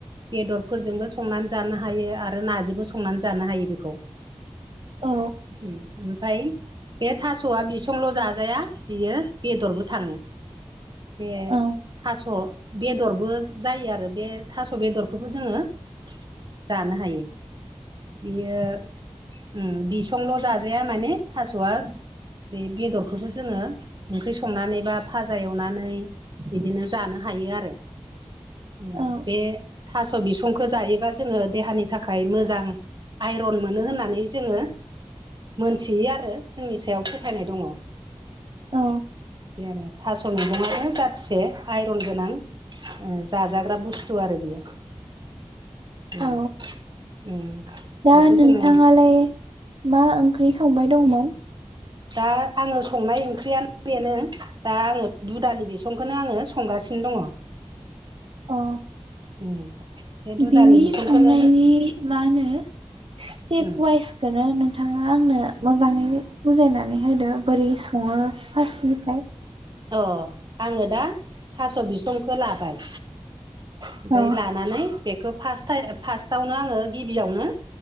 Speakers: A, on the right; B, on the right.
A: बेदरफोरजोंबो संनानै जानो हायो आरो नाजोंबो संनानै जानो हायो बेखौ
B: औ
A: उम ओमफाय बे थास'आ बिसंल' जाजाया बियो बेदरबो थाङो बे
B: औ
A: थास' बेदरबो जायो आरो बे थास' बेदरखौबो जोङो जानो हायो बियो उम बिनसंल' जाजाया माने थास'आ बे बेदरखौबो जोङो ओंख्रि संनानै बा फाजा एवनानै बिदिनो जानो हायो आरो उम
B: औ
A: बे थास' बिसंखौ जायोबा जोङो देहानि थाखाय मोजां आइरन मोनो होननानै जोङो मोनथियो आरो जोंनि सायाव फोथायनाय दङ
B: औ
A: बे आरो थास' मैगङानो जाथिसे आइरन गोनां ओ जाजाग्रा बुस्थु आरो बियो उम
B: औ
A: उम
B: दा
A: बेखौ
B: नोंथाङालाय
A: जोङो
B: मा ओंख्रि संबाय दंमोन
A: दा आङो संनाय ओंख्रियानो बेनो दा आङो दुदालि बिसंखौनो आङो संगासिनो दङ
B: अ
A: उम बे दुदालि
B: बिनि
A: बेसंखौनो
B: संनायनि मा होनो स्टेप
A: उम
B: वाइस बेखौनो नोंथाङा आंनो मोजाङै बुजायनानै होदो बोरै सङो फासनिफ्राय
A: अ आङो दा थास' बिसंखौ लाबाय ओमफाय
B: औ
A: लानानै बेखौ फास फासटावनो आङो गिबियावनो